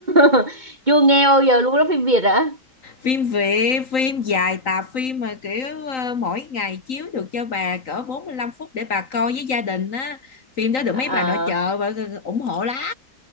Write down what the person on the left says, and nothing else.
phim Việt, phim dài tạp phim mà kiểu ờ, mỗi ngày chiếu được cho bà cỡ 45 phút để bà coi với gia đình á. Phim đó được
mấy bà nội trợ và ủng hộ lắm.